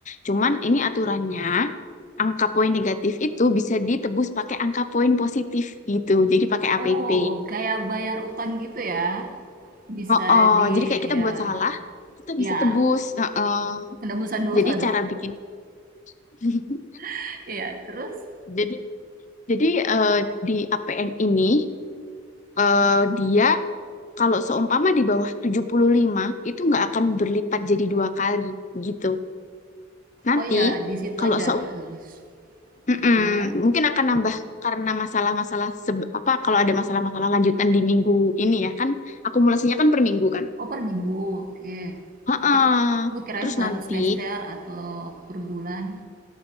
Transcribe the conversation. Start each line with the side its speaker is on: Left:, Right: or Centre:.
Left: Cuman ini aturannya angka poin negatif itu bisa ditebus pakai angka poin positif gitu. Jadi pakai APP.
Right: Oh, kayak bayar utang gitu ya. Bisa
Left: Oh,
Right: di,
Left: jadi kayak kita
Right: ya,
Left: buat salah, kita
Right: ya,
Left: bisa tebus. Heeh.
Right: penebusan dosa
Left: Jadi
Right: dong.
Left: cara bikin, <laughs>
Right: <laughs> Iya, terus,
Left: jadi jadi eh, di APN ini eh, dia kalau seumpama di bawah 75 itu nggak akan berlipat jadi dua kali gitu. Nanti
Right: oh iya, di situ
Left: kalau
Right: aja.
Left: se
Right: Terus,
Left: Mm-mm.
Right: oke.
Left: mungkin akan nambah karena masalah-masalah sebe- apa kalau ada masalah-masalah lanjutan di minggu ini ya kan akumulasinya kan per minggu kan.
Right: Oh, per minggu. Oke.
Left: Heeh.
Right: Pikir, gue kirain
Left: Terus
Right: per
Left: nanti
Right: semester atau per bulan.